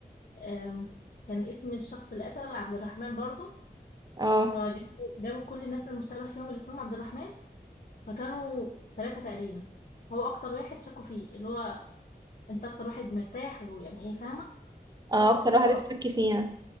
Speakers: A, on the left; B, on the right.
A: أم، كان اسم الشخص اللي قتل عبد الرحمن برضه
B: اه
A: فجابوا جابوا كل الناس المشتبه فيهم اللي اسمهم عبد الرحمن فكانوا ثلاثة تقريبا هو أكتر واحد شكوا فيه اللي هو أنت أكتر واحد مرتاح ويعني إيه فاهمة فشكوا
B: اه اكتر
A: فيه
B: واحد
A: هو أكتر
B: اشتكي فيها